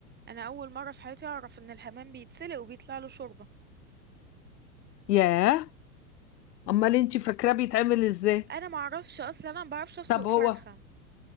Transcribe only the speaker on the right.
انا اول مرة في حياتي اعرف ان الحمام بيتسلق وبيطلع له شوربة
انا ما اعرفش اصلا انا ما بعرفش اسلق
فرخة